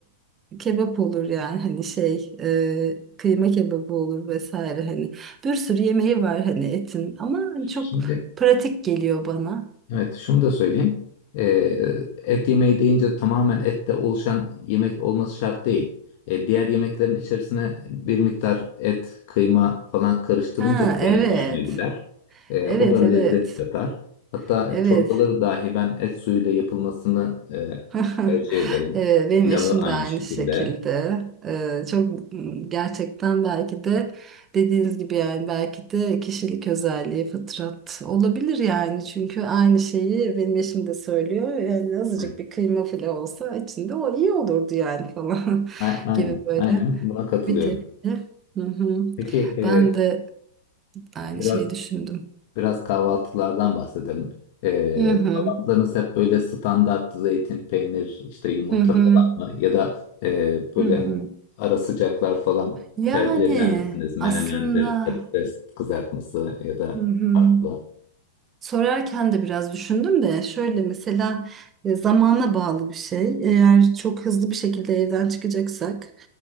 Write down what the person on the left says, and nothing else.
Şimdi
Evet, şunu da söyleyeyim. Ee, et yemeği deyince tamamen ette oluşan yemek olması şart değil. Ee, diğer yemeklerin içerisine bir miktar et, kıyma falan karıştırınca
da benim
hoşuma gider. Ee,
o da
lezzet katar. Hatta
çorbaları dahi ben et suyuyla yapılmasını
e, tercih ederim.
Pilavı
aynı
şekilde.
Evet.
A-
Aynen,
aynen buna katılıyorum.
Peki e,
biraz
Biraz kahvaltılardan bahsedelim. Ee,
kahvaltılarınız hep böyle standart zeytin, peynir, işte yumurta
falan mı? Ya da e, böyle
ara sıcaklar falan
tercih eder misiniz? Menemendir,
patates kızartması ya da
farklı.